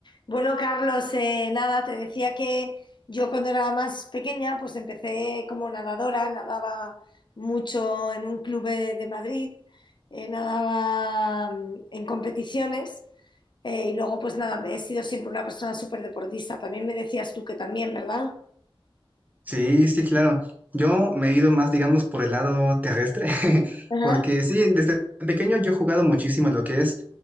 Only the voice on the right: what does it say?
Sí, sí, claro. Yo me he ido más, digamos, por el lado terrestre, <laughs>
porque sí, desde pequeño yo he jugado muchísimo lo que es,